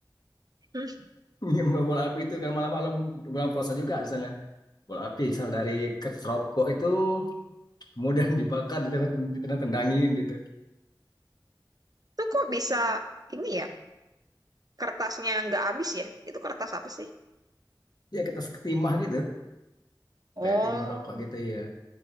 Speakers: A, on the right; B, on the left.
A: Hmm,
B: <laughs> Main bola api itu kan malam-malam bulan puasa juga misalnya bola api misal dari kertas rokok itu kemudian <laughs> dibakar ditendang tendangin gitu
A: Itu kok bisa ini ya? Kertasnya nggak habis ya? Itu kertas apa sih?
B: ya kita seketimah gitu
A: Oh.
B: kayak timah rokok gitu ya